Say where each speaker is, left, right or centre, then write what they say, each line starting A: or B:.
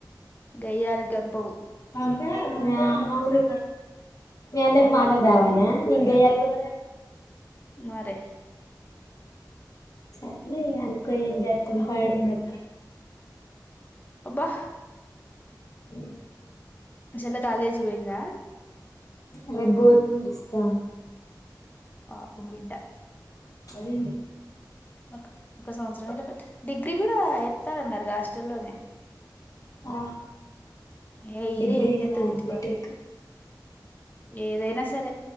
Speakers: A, on the left; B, on the left.
A: గయ్యాళి గంపవు
B: కదా. అవును మీ అన్నకి మాటలు
A: మ్మ్
B: రవాన నీకు గయ్యాళి <inaudible>
A: మరి
B: సర్లే అనుకో ఏం జత్తం పడం తప్ప
A: అబ్బా
B: అ
A: మీ చెల్లి కాలేజ్ పోయంద
B: రేపు పోతుంది <inaudible>
A: పాపం బిడ్డ
B: పాపం
A: ఒక ఒక సంవత్సరం డిగ్రీ కూడా ఎస్తాలన్నారుగ హాస్టల్లోనే
B: ఆ
A: ఏ
B: డిగ్రీ
A: ఇరే ఏం చేస్తది
B: కాదు
A: ఇంటికడ
B: బీటెక్
A: ఉండి ఏదైనా సరే